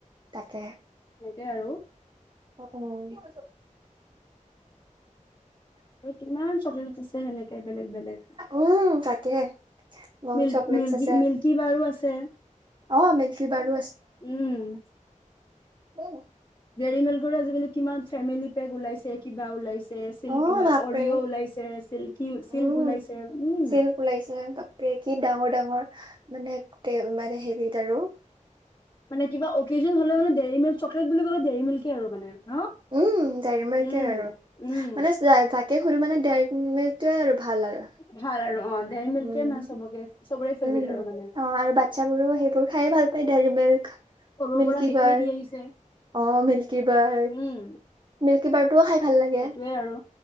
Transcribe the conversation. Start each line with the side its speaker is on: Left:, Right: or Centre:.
Right: তাকে
Left: <unintelligible> আৰু
Right: অ <unintelligible>
Left: আৰু কিমান চকলেট আছে সেনেকে বেলেগ বেলেগ
Right: উম তাকে বহুত
Left: মিল
Right: চকলেটছ
Left: মিল
Right: আছে
Left: মিল্কী বাৰো আছে
Right: অ মিল্কী বাৰো
Left: উম
Right: উম
Left: দেৰিমিল্কৰ আজিকালি কিমান ফেমিলি পেক ওলাইছে কিবা ওলাইছে চিল্ক
Right: অ বাপৰে
Left: অৰিঅ ওলাইছে চিল্কি চিল্ক
Right: উম
Left: ওলাইছে উম।
Right: চিল্ক ওলাইছে বাপৰে কি ডাঙৰ ডাঙৰ মানে মানে হেৰিত আৰু।
Left: মানে কিবা অকেজন হ'লে মানে দেৰি মিল্ক চকলেট বুলি ক'লে দেৰি মিল্কে আৰু মানে। ন?
Right: উম ডেৰিমিল্ক
Left: উম,
Right: য়ে আৰু
Left: উম।
Right: মানে যাকে সুধো মানে ডেৰিমিল্কটোৱে আৰু ভাল আৰু
Left: ভাল আৰু অ' ডেৰি মিল্কে
Right: উম
Left: মানে চবকে চবৰে ফেভৰেট
Right: উম
Left: আৰু মানে।
Right: অ' আৰু বাচ্ছাবোৰও সেইবোৰ খাই ভাল পাই। ডেৰিমিল্ক।
Left: সৰুৰ
Right: মিল্কী
Left: পৰা সেইটোৱে
Right: বাৰ।
Left: দি আহিছে।
Right: অ' মিল্কী বাৰ
Left: উম,
Right: ম কিবা খাই ভাল লাগে
Left: সেইটোয়ে আৰু,